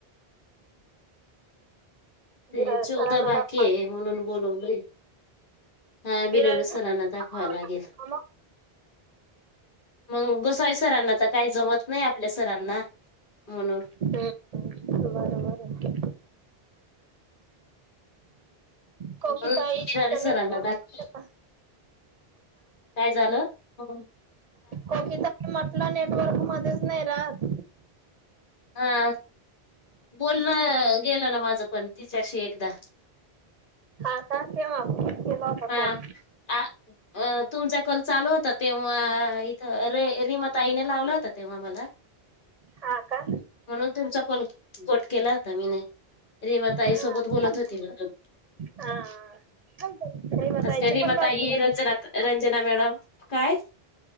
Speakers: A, on the left; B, on the right.
A: ते
B: बिरार
A: चौदा
B: सरांना
A: बाकीे
B: दाखवाव
A: आहे
B: लागेल
A: म्हणून बोलवलंय. हा
B: बिरार
A: <unintelligible>
B: सरांना
A: सोलाना दाखववा
B: दाखवावं
A: लागेल.
B: का मग?
A: मग गोसाई सरांना तर काय जमत नाही आपल्या सरांना, म्हणून.
B: हम्म बरोबर आहे. कोकिताई
A: म्हणून <unintelligible>
B: च
A: सरांना
B: नेटवर्क
A: दाख काय झालं? म्हणुन.
B: कोकी काकी म्हटलं नेटवर्क मध्येच नाही राहात.
A: हा, बोल गेल ना माझं पण तिच्याशी एकदा.
B: हा का, केव्हा? केला होता
A: हा,
B: कॉल
A: आ, अ तुमचा कॉल चालू होता तेव्हा इथं रे रिमाताईने लावला होता तेव्हा मला.
B: हा. का
A: म्हणून तुमचा कॉल कट केला होता मीने. रिमाताई
B: हा.
A: सोबत बोलत होती ना ग.
B: हा श्रीमताईचे
A: आज काय रिमा
B: पण बाकी
A: ताई,
B: आहेत
A: रंजना, रंजना मॅडम काय?